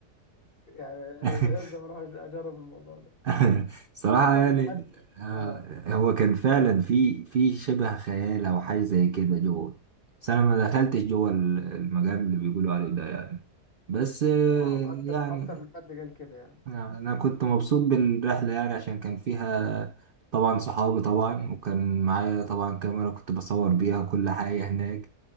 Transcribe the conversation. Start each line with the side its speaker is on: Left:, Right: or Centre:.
Left: يعني أنا
Right: <laughs>
Left: لازم اروح أج- اجرب الموضوع ده
Right: <laughs> صراحة
Left: يعني اكتر
Right: يعني
Left: من حد
Right: آه،
Left: اه
Right: هو كان فعلا في في شبه خيال أو حاجة زي كده جوه بس أنا ما دخلتش جوه ال- المجال اللي بيقولوا عليه ده يعني بس آه،
Left: اه اكتر
Right: يعني
Left: اكتر من حد قال كده يعني
Right: أنا أنا كنت مبسوط بالرحلة يعني عشان كان فيها طبعا صحابي طبعا وكان معايا
Left: مم.
Right: طبعا كاميرا كنت بصور بيها كل حاجة هناك